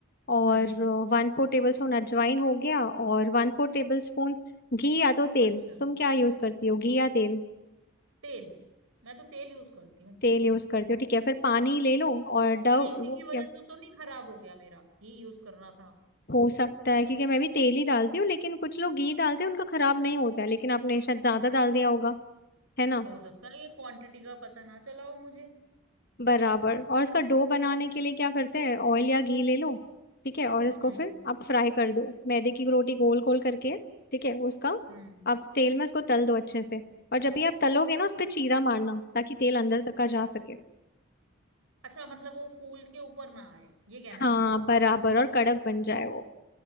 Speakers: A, on the left (about 45°); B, on the right (about 90°).
A: और
B: हम्म
A: वन फोर टेबल स्पून अजवाइन हो गया और वन फोर टेबल स्पून घी या तो तेल
B: अच्छा
A: तुम क्या यूज करती हो घी या तेल
B: तेल मैं तो तेल यूज करती हूँ
A: तेल यूज करती हूँ ठीक है फिर पानी ले लो और डव
B: नहीं इसी
A: वो
B: की वजह
A: क्या
B: से तो नहीं खराब हो गया मेरा घी यूज करना था
A: हो सकता है क्योंकि मैं भी तेल ही डालती हूँ लेकिन कुछ लोग घी डालते हैं उनका खराब नहीं होता है लेकिन आपने शायद ज्यादा डाल दिया होगा है ना
B: हो सकता है ये क्वांटिटी का पता ना चला हो मुझे
A: बराबर और इसका डो बनाने के लिए क्या करते हैं ऑयल या घी ले लो ठीक है और इसको
B: हम्म
A: फिर आप फ्राई कर दो मैदे की रोटी गोल गोल करके ठीक है उसका
B: हम्म
A: आप तेल में इसको तल दो अच्छे से और जब भी आप तलोगे ना उस पे चीरा मारना ताकि तेल अंदर तक का जा सके
B: अच्छा मतलब वो फूल के ऊपर ना आए ये कहना
A: हाँ
B: चाह रहे हो आप
A: बराबर और कड़क बन जाए वो